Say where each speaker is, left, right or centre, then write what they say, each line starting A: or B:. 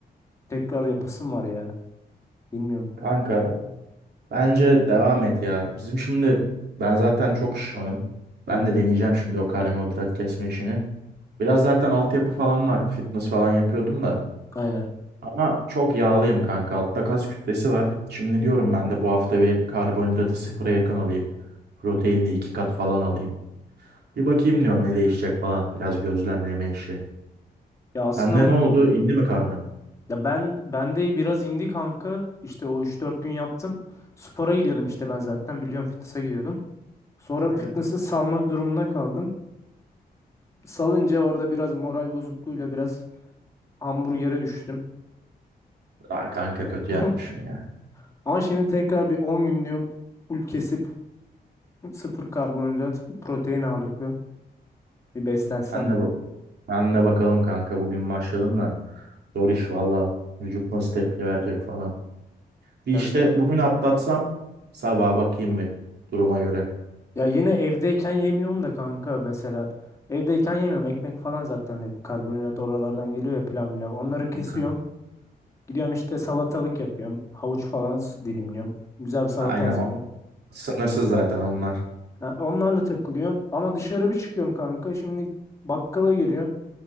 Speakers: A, on the left; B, on the right.
A: tekrar yapasım var ya. Bilmiyorum.
B: Kanka bence devam et ya. Bizim şimdi ben zaten çok şişmanım. Ben
A: Evet.
B: de deneyeceğim şimdi o karbonhidrat kesme işini. Biraz zaten altyapı falan var. Fitness falan yapıyordum da.
A: Aynen.
B: Ama çok yağlıyım kanka. Altta kas kütlesi var. Şimdi diyorum ben de bu hafta bir karbonhidratı sıfıra yakın alayım. Proteinli iki kat falan alayım. Bir bakayım diyorum ne değişecek falan. Biraz gözlemleme işi.
A: Ya aslında
B: Sende ne oldu? İndi mi karnın?
A: ya ben ben de biraz indi kanka. İşte o üç dört gün yaptım. Spora gidiyordum işte ben zaten biliyorum fitness'a gidiyordum. Sonra
B: Aynen.
A: fitness'ı salmak durumunda kaldım. Salınca orada biraz moral bozukluğuyla biraz hamburgere düştüm.
B: Aa, kanka kötü
A: <laughs>
B: yapmışsın ya.
A: Ama şimdi tekrar bir 10 gün diyorum full kesip sıfır karbonhidrat, protein ağırlıklı bir beslensem
B: Ben de,
A: bile.
B: bak ben de bakalım kanka bugün başladım da. Zor iş valla. Vücut nasıl tepki verecek falan. Bir
A: Ya,
B: işte bugün atlatsam sabaha bakayım bir duruma göre.
A: ya yine evdeyken yemiyorum da kanka mesela. Evdeyken yemiyorum. Ekmek falan zaten hep karbonhidrat oralardan geliyor ya pilav milav. Onları kesiyorum.
B: Hı.
A: Gidiyorum işte salatalık yapıyorum. Havuç falan s- dilimliyorum. Güzel bir salata
B: Aynen
A: hazırlıyorum.
B: o. Sınırsız zaten onlar.
A: Ha, onlarla takılıyorum. Ama dışarı bir çıkıyorum kanka. Şimdi bakkala giriyorsun.